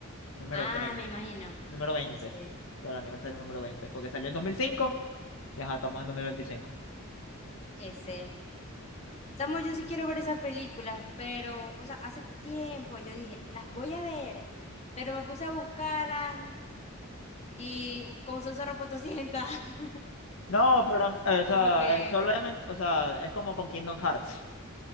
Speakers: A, on the left; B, on the left.
A: número
B: Ah,
A: 30
B: me imagino.
A: número veinte
B: Sí,
A: por el aniversario número 20 porque salió en 2005 y ajá, estamos en 2025.
B: ese. Chamo, yo sí quiero ver esas películas, pero, o sea, hace tiempo yo dije, las voy a ver, pero me puse a buscarlas y como son zorro potosientas, <laughs>
A: No, pero, eh, o sea,
B: como que
A: eh, solamente, o sea, es como con Kingdom Hearts.